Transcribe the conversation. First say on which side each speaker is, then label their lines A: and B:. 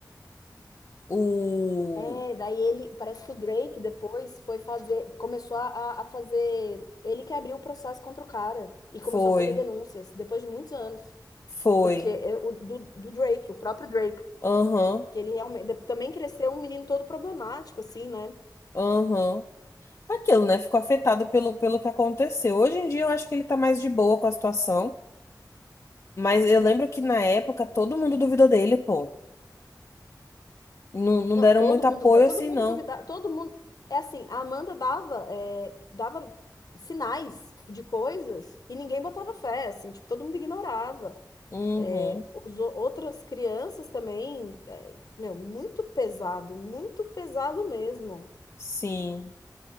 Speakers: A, on the left; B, on the left.
A: O...
B: É, daí ele, parece que o Drake depois foi fazer, começou a, a fazer, ele que abriu o processo contra o cara e começou
A: Foi,
B: a fazer denúncias depois de muitos anos,
A: foi.
B: porque é o do, do Drake, o próprio Drake,
A: Aham,
B: que ele realmente de- também cresceu um menino todo problemático assim, né?
A: aham. Aquilo, né? Ficou afetado pelo, pelo que aconteceu. Hoje em dia eu acho que ele tá mais de boa com a situação, mas eu lembro que na época todo mundo duvidou dele, pô. Não, não
B: Não,
A: deram
B: todo
A: muito
B: mundo,
A: apoio
B: dá- todo
A: assim,
B: mundo
A: não.
B: duvidava, todo mundo. É assim, a Amanda dava, é, dava sinais de coisas e ninguém botava fé, assim, tipo, todo mundo ignorava.
A: Uhum,
B: É, os, o- outras crianças também, é, meu, muito pesado, muito pesado mesmo.
A: sim.